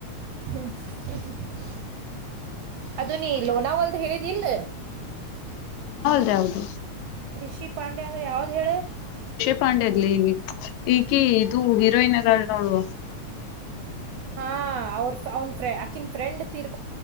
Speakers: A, on the right (about 75°); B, on the left (about 80°).
A: ಹ್ಮ್ <unintelligible> ಅದು ನೀ ಲೋನಾವಲ್ದ ಹೇಳಿದಲ್ಲ
B: ಹೌದು
A: ಕೃಷಿ ಪಾಂಡೆ ಅಂದ್ರ ಯಾವ್ದ್ ಹೇಳ
B: ಪಾಂಡೆಲಲ್ಲಿ ಈಗ ಇದು ಹೀರೋಯಿನ್ ಇದ್ದಾಳ್ ನೋಡು
A: ಹಾ ಅವ್ರ ಅವನ್ ಫ್ರ ಅಕನ್ ಫ್ರೆಂಡ್ ತೀರ್